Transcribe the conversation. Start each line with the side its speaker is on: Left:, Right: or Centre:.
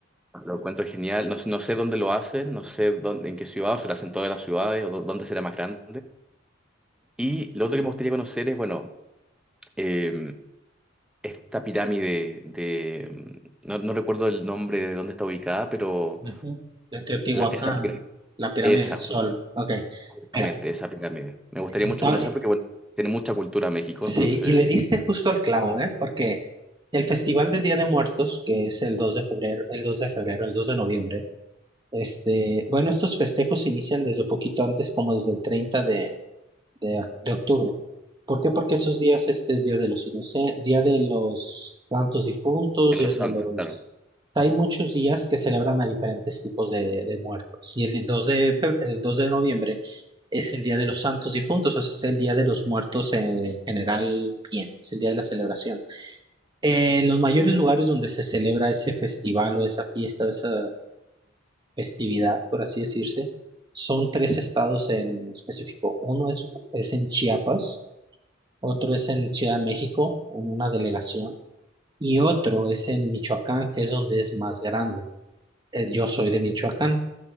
Centre: Lo encuentro genial. No, no sé dónde lo hacen, no sé dónde, en qué ciudad, o si lo hacen en todas las ciudades, o dó- dónde será más grande. Y lo otro que me gustaría conocer es, bueno, eh, esta pirámide de... No, no recuerdo el nombre de dónde está ubicada, pero
Right: Ujú. Yo estoy en Teotihuacán,
Centre: la- esa, pira-
Right: la pirámide
Centre: esa,
Right: del Sol. Ok,
Centre: justamente,
Right: mira,
Centre: esa pirámide. Me gustaría
Right: y
Centre: mucho
Right: to-
Centre: conocer porque, bueno, tiene mucha cultura México,
Right: sí,
Centre: entonces,
Right: y le diste justo al clavo, ¿eh? Porque el Festival de Día de Muertos, que es el 2 de febrero, el dos de febrero, el 2 de noviembre, este, bueno, estos festejos se inician desde poquito antes, como desde el 30 de, de, de octubre. ¿Por qué? Porque esos días este es Día de los Inocentes, Día de los Santos Difuntos,
Centre: en
Right: Día
Centre: los
Right: de
Centre: Santos,
Right: los...
Centre: claro.
Right: o sea, hay muchos días que celebran a diferentes tipos de, de muertos. Y el dos de, febr- el 2 de noviembre es el Día de los Santos Difuntos, o sea, es el Día de los Muertos eh, en general bien, es el día de la celebración. En los mayores lugares donde se celebra ese festival o esa fiesta o esa festividad, por así decirse, son tres estados en específico. Uno es, es en Chiapas, otro es en Ciudad de México, en una delegación, y otro es en Michoacán, que es donde es más grande. Eh, yo soy de Michoacán.